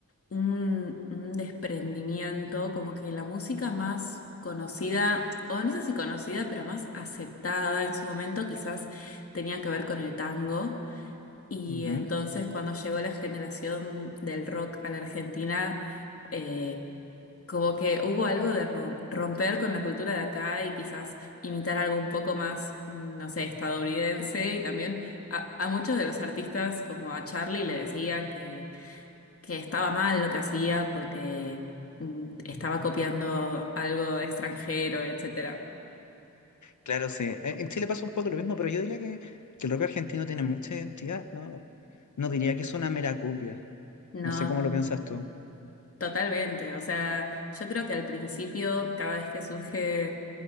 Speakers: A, on the left; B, on the left.
A: un, un desprendimiento, como que la música más conocida, o no sé si conocida, pero más aceptada en su momento, quizás tenía que ver con el tango. Y
B: Ujú.
A: entonces cuando llegó la generación del rock a la Argentina, eh, como que hubo algo de ro- romper con la cultura de acá y quizás imitar algo un poco más, mm, no sé, estadounidense. Y también a, a muchos de los artistas, como a Charlie, le decían que que estaba mal lo que hacía porque mm, estaba copiando algo extranjero, etcétera.
B: Claro, sí. En en Chile pasa un poco lo mismo, pero yo diría que, que el rock argentino tiene mucha identidad, ¿no? No diría que es una mera copia.
A: No,
B: No sé cómo lo piensas tú.
A: totalmente. O sea, yo creo que al principio, cada vez que surge